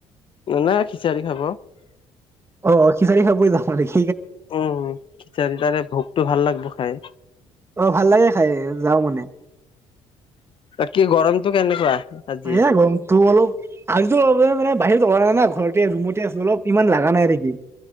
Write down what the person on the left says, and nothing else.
নাই খিচাৰি খাব
উম খিচাৰি তাৰে ভোকটো ভাল লাগব খাই
কি গৰমতটো কেনেকুৱা? আজি